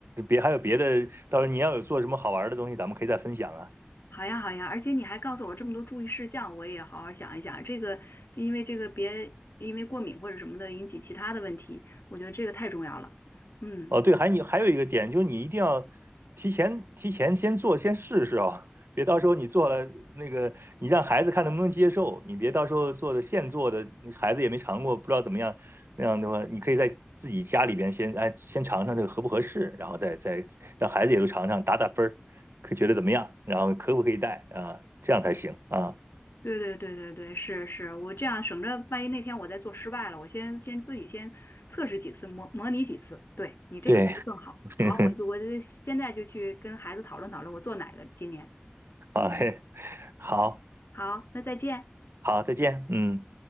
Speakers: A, on the right; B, on the left.
A: 别还有别的，到时候你要有做什么好玩的东西，咱们可以再分享啊。
B: 好呀好呀，而且你还告诉我这么多注意事项，我也好好想一想。这个因为这个别因为过敏或者什么的引起其他的问题，我觉得这个太重要了。嗯。
A: 哦，对，还你还有一个点，就是你一定要提前提前先做，先试试啊，别到时候你做了那个，你让孩子看能不能接受，你别到时候做的现做的，你孩子也没尝过，不知道怎么样，那样的话，你可以在自己家里边先哎先尝尝这个合不合适，然后再再让孩子也都尝尝，打打分儿，可觉得怎么样，然后可不可以带啊，这样才行啊。
B: 对对对对对，是是，我这样省着，万一那天我再做失败了，我先先自己先测试几次，模模拟几次。对你这个主意更好。
A: 对，<laughs>
B: 好，我就我就现在就去跟孩子讨论讨论，我做哪个今年。
A: 好嘞好
B: 好，那再见。
A: 好，再见，嗯。